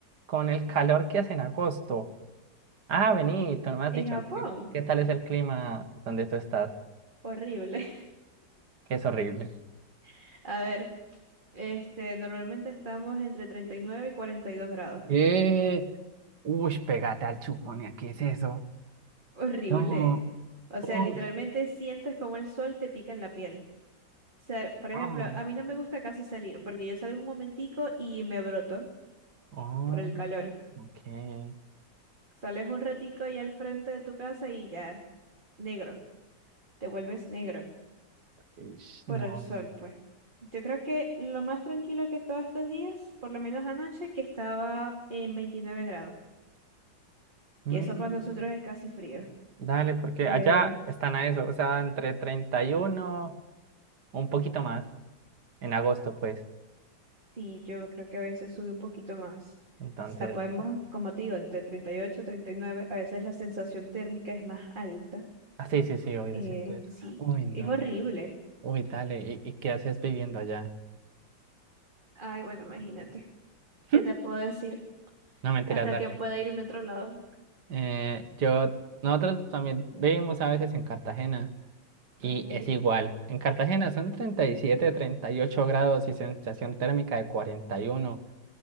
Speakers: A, on the right; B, on the right.
A: con el calor que hace en agosto. Ah, vení, tú no me has
B: En
A: dicho
B: Japón,
A: qué, qué tal es el clima donde tú estás,
B: horrible.
A: que es horrible.
B: <laughs> A ver, este, normalmente estamos entre 39 y 42 grados.
A: Eh, uy, pégate al chupón, ¿qué es eso?
B: Horrible.
A: No,
B: O sea,
A: uy,
B: literalmente sientes como el sol te pica en la piel. O sea, por ejemplo,
A: ah,
B: a mí no me gusta casi salir porque yo salgo un momentico y me broto
A: Oh,
B: por el calor.
A: ok.
B: Sales un ratico ahí al frente de tu casa y ya, negro, te vuelves negro
A: ish.
B: por
A: No.
B: el sol, pues. Yo creo que lo más tranquilo que he estado estos días, por lo menos anoche, que estaba en 29 grados,
A: Mm,
B: que eso para nosotros es casi frío,
A: dale, porque
B: pero
A: allá están a eso, o sea, entre 31, un poquito más, en agosto, pues.
B: sí, yo creo que a veces sube un poquito más.
A: Entonces,
B: O sea, podemos, como te digo, entre treinta y ocho treinta y nueve a veces la sensación térmica es más alta.
A: ah, sí, sí, sí, obvio,
B: Eh,
A: siento eso.
B: sí,
A: Uy,
B: es
A: no.
B: horrible.
A: Uy, dale, ¿y, y qué haces viviendo allá?
B: Ay, bueno, imagínate. ¿Qué
A: <laughs>
B: te puedo decir?
A: No mentiras,
B: Hasta
A: dale.
B: que pueda irme a otro lado.
A: Eh, yo, nosotros también vivimos a veces en Cartagena y
B: Ok.
A: es igual. En Cartagena son treinta treinta y siete treinta y ocho grados y sensación térmica de cuarenta y uno